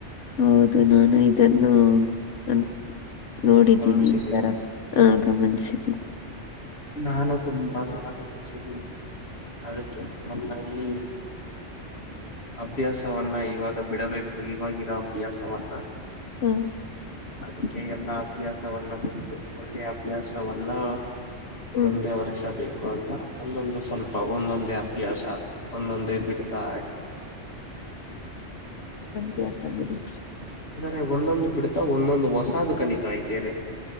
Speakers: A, on the left; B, on the left.
A: ಹೌದು ನಾನು ಇದನ್ನು ಅನ್ ನೋಡಿದ್ದೀನಿ
B: ಗಮನಿಸಿದ್ದೀರ
A: ಈ ತರ ಆ ಗಮನ್ಸಿದ್ದೀನಿ
B: ನಾನು ತುಂಬಾ ಗಮನಿಸಿದಿನಿ ಅದಕ್ಕೆ ನಮ್ಮಾಗಿ ಅಭ್ಯಾಸವನ್ನ ಇವಾಗ ಬಿಡಬೇಕು ಇವಾಗಿರೋ ಅಭ್ಯಾಸವನ್ನ
A: ಹೂ
B: ಅದಕ್ಕೆ ಎಲ್ಲಾ ಅಭ್ಯಾಸವನ್ನ ಬಿಟ್ಟು ಒಳ್ಳೆ ಅಭ್ಯಾಸವನ್ನು
A: ಹ್ಮ್
B: ಒಂದೇ ವರ್ಷ ಬೇಕು ಅಂತ ಒಂದೊಂದು ಸ್ವಲ್ಪ ಒಂದೊಂದೇ ಅಭ್ಯಾಸ ಒಂದೊಂದೇ ಬಿಡ್ತಾ
A: ಕ್ಲಾಸ್ ಅಲ್ಲಿ ಇರಿ
B: ೆ ಒಂದೊಂದು ಬಿಡ್ತಾ ಒಂದೊಂದು ಹೊಸದು ಕಲಿತಾ ಇದ್ದೇವೆ